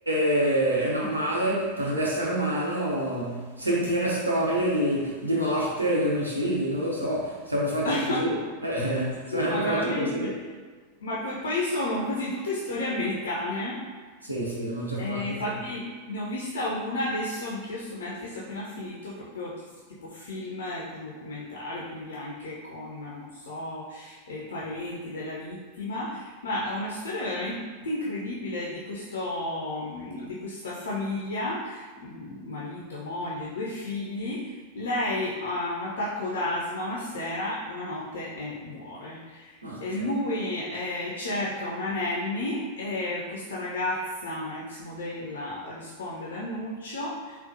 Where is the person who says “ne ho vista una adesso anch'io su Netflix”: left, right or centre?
Left